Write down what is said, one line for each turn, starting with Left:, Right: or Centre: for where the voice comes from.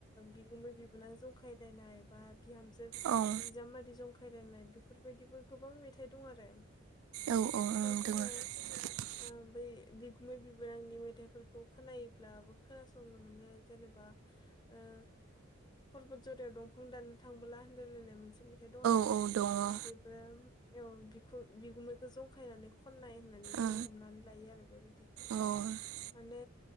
Left: बिगुमै बिबोनां जंखायलायनाय बा बिहामजो
Right: ओं
Left: बिजामादै जंखाय खायलायनाय बेफोर बायदिबो गोबां मेथाइ दं आरो
Right: ओ औ
Left: दा जोङो
Right: <unintelligible>
Left: ओ बै बिगुमै बिबोनांनि मेथाइफोरखौ खोनायोब्लाबो खोनासंनो मोनो जेनेबा ओ परबत जरियाव दंफां दाननो थांबोला होनलायलायनाय मोनसे मेथाइ दं आरो
Right: औ दङ
Left: बेबोम औ बिखु बिगुमैखौ जंखायनानै खननाय होननानै जोङो
Right: दङ
Left: हमनानै लायो आरो बे मेथाइखौ
Right: उम औ
Left: माने